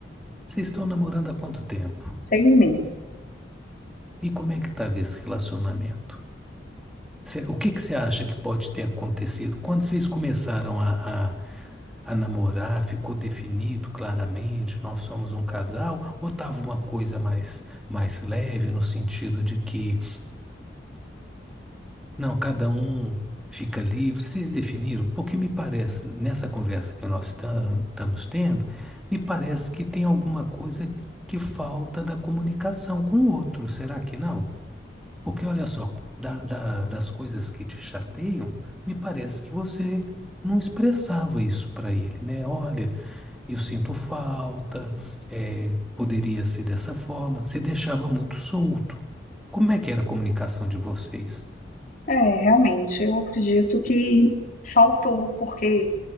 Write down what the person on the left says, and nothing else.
seis meses.
É, realmente, eu acredito que faltou, porque